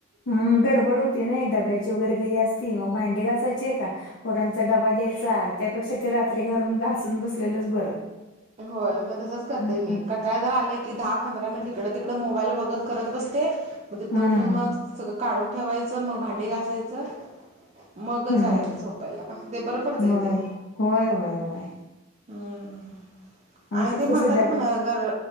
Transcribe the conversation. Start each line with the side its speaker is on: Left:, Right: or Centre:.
Left: हम गडबड होती नाही डब्याची वगैरे घई असती मग भांडे घासायचे का होोरांचा डबा द्यायचा त्यापेक्षा ते रात्री घाून घासून बसलेलंच बरं
Right: होय मग तसंच करतेय
Left: हम्म
Right: मी
Left: हम्म.
Right: कंटाळ जर आलंय की दहा पंधरा मिनिट इकड तड मोबाईल बघत करत बसते मग तिथनं
Left: हम्म
Right: उठून मग सगळं काढून ठेवायचं मग भांडे घासायचं मगच
Left: हम्म
Right: याचं झोपायला ते बरं पडतंय
Left: होय
Right: ते
Left: होय वय होय
Right: हम्म
Left: आमच्यात
Right: आणि ते
Left: कसं
Right: म्हणतात
Left: डबे
Right: पुणगर